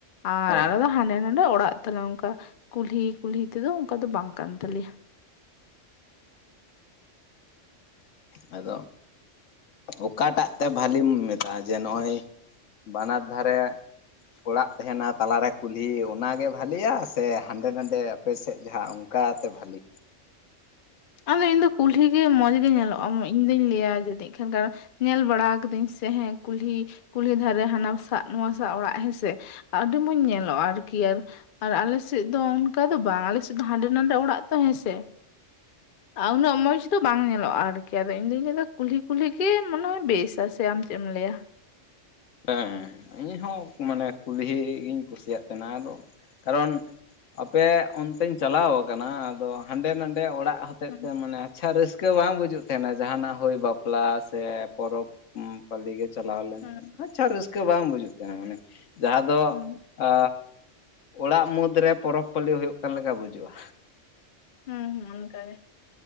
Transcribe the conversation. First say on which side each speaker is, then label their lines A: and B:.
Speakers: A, on the left; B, on the left.
A: ᱟᱨ
B: ᱦᱮᱸ
A: ᱟᱞᱮ ᱫᱚ ᱦᱟᱱᱮ ᱰ <inaudible> ᱮ ᱚᱲᱟᱜ ᱛᱟᱞᱮ ᱚᱱᱠᱟ ᱠᱩᱞᱦᱤ ᱠᱩᱞᱦᱤ ᱛᱮᱫᱚ ᱚᱱᱠᱟ ᱫᱚ ᱵᱟᱝ ᱠᱟᱱ ᱛᱟᱞᱮᱭᱟ!
B: ᱟᱫᱚ ᱚᱠᱟᱴᱟᱜ ᱛᱮ ᱵᱷᱟᱞᱤᱢ ᱢᱮᱛᱟᱜᱼᱟ ᱡᱮ ᱱᱚᱜᱼᱚᱭ ᱵᱟᱱᱟᱨ ᱫᱷᱟᱨᱮ ᱚᱲᱟᱜ ᱛᱟᱦᱮᱱᱟ ᱛᱟᱞᱟᱨᱮ ᱠᱩᱞᱦᱤ ᱚᱱᱟᱜᱮ ᱵᱷᱟᱞᱤᱭᱟ ᱥᱮ ᱦᱟᱸᱰᱮ ᱱᱟᱰᱮ ᱟᱯᱮᱥᱮᱫ ᱡᱟᱦᱟᱸ ᱚᱱᱠᱟᱛᱮ ᱵᱷᱟᱹᱞᱤ
A: ᱟᱫᱚ ᱤᱧ ᱫᱚ ᱠᱩᱞᱦᱤ ᱜᱮ ᱢᱚᱸᱡᱽ ᱜᱮ ᱧᱮᱞᱚᱜᱼᱟ ᱤᱧ ᱫᱩᱧ ᱞᱟᱹᱭᱟ ᱡᱟᱹᱱᱤᱡ ᱠᱷᱟᱱ ᱠᱟᱨᱚᱱ ᱧᱮᱞ ᱵᱟᱲᱟ ᱠᱟᱹᱫᱟᱹᱧ ᱥᱮ ᱦᱮᱸ ᱠᱩᱞᱦᱤ ᱠᱩᱞᱦᱤ ᱫᱷᱟᱨᱮ ᱦᱟᱱᱟᱥᱟᱜ ᱱᱚᱣᱟᱥᱟᱜ ᱚᱲᱟᱜ ᱦᱮᱸᱥᱮ ᱟᱹᱰᱤ ᱢᱚᱸᱡᱽ ᱧᱮᱞᱚᱜᱼᱟ ᱟᱨᱠᱤ ᱟᱨ᱾ ᱟᱨ ᱟᱞᱮ ᱥᱮᱫ ᱫᱚ ᱚᱱᱠᱟ ᱫᱚ ᱵᱟᱝ ᱟᱞᱮ ᱥᱮᱫ ᱫᱚ ᱦᱟᱸᱰᱮ ᱱᱟᱰᱮ ᱚᱲᱟᱜ ᱛᱚ ᱦᱮᱸ ᱥᱮ᱾ ᱩᱱᱟᱹᱜ ᱢᱚᱸᱡᱽ ᱫᱚ ᱵᱟᱝ ᱧᱮᱞᱚᱜᱼᱟ ᱟᱨᱠᱤ ᱟᱫᱚ ᱤᱧ ᱫᱩᱧ ᱞᱟᱹᱭᱫᱟ ᱠᱩᱞᱦᱤ ᱠᱩᱞᱦᱤ ᱜᱮ ᱢᱚᱱᱮᱦᱚᱭ ᱵᱮᱥᱟ ᱥᱮ ᱟᱢ ᱪᱮᱫ ᱮᱢ ᱞᱟᱹᱭᱟ?
B: ᱦᱮᱸ ᱤᱧ ᱦᱚᱸ ᱢᱟᱱᱮ ᱠᱩᱞᱦᱤ ᱜᱤᱧ ᱠᱩᱥᱤᱭᱟᱜ ᱛᱟᱦᱮᱱᱟ ᱟᱫᱚ ᱠᱟᱨᱚᱱ ᱟᱯᱮ ᱚᱱᱛᱮᱧ ᱪᱟᱞᱟᱣ ᱟᱠᱟᱱᱟ ᱟᱫᱚ ᱦᱟᱸᱰᱮ ᱱᱟᱰᱮ ᱚᱲᱟᱜ ᱦᱚᱛᱮᱫ
A: ᱦᱩᱸ
B: ᱛᱮ ᱢᱟᱱᱮ ᱟᱪᱪᱷᱟ ᱨᱟᱹᱥᱠᱟᱹ ᱵᱟᱝ ᱵᱩᱡᱩᱜ ᱛᱟᱦᱮᱱᱟ ᱡᱟᱦᱟᱱᱟᱜ ᱦᱩᱭ ᱵᱟᱯᱞᱟ ᱥᱮ ᱯᱚᱨᱚᱵᱽ᱾ ᱯᱟᱞᱤ ᱜᱮ ᱪᱟᱞᱟᱣ ᱞᱮᱱᱠᱷᱟᱱ
A: ᱦᱩᱸ
B: ᱟᱪᱪᱷᱟ ᱨᱟᱹᱥᱠᱟᱹ ᱵᱟᱝ ᱵᱩᱡᱩᱜ ᱛᱟᱦᱮᱱᱟ ᱢᱟᱱᱮ ᱡᱟᱦᱟᱸ ᱫᱚ
A: ᱦᱩᱸ
B: ᱟ ᱚᱲᱟᱜ ᱢᱩᱫᱽᱨᱮ ᱯᱚᱨᱚᱵᱽ ᱯᱟᱹᱞᱤ ᱦᱩᱭᱩᱜ ᱠᱟᱱ ᱞᱮᱠᱟ ᱵᱩᱡᱩᱜᱼᱟ᱾
A: ᱦᱩᱸ ᱦᱸ ᱚᱱᱠᱟᱜᱮ